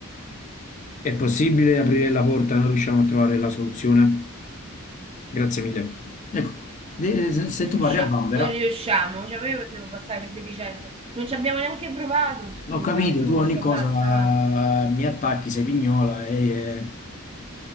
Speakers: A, on the left (about 35°); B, on the right (about 25°).
A: È possibile aprire la porta e non riusciamo a trovare la soluzione? Grazie mille. Ecco qua. De- se se
B: Non riusciamo,
A: tu parli a vanvera...
B: non riusciamo. Cioè, ma io devo passare per deficiente. Non ci abbiamo neanche provato, scusami.
A: Ho capito,
B: Comunque,
A: tu ogni cosa
B: basta, va.
A: eh, mi attacchi, sei pignola e eh,